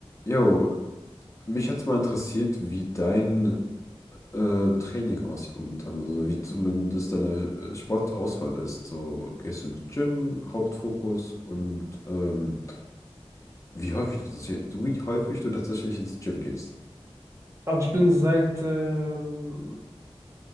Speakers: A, on the left; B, on the right.
A: Jo, mich hat's mal interessiert, wie dein äh, Training aussieht momentan, also wie zumindest deine äh, Sportauswahl ist. So, gehst du ins Gym, Hauptfokus und ähm, wie häufig du tatsächlich, so wie häufig du tatsächlich ins Gym gehst.
B: Aber ich bin seit, ähm,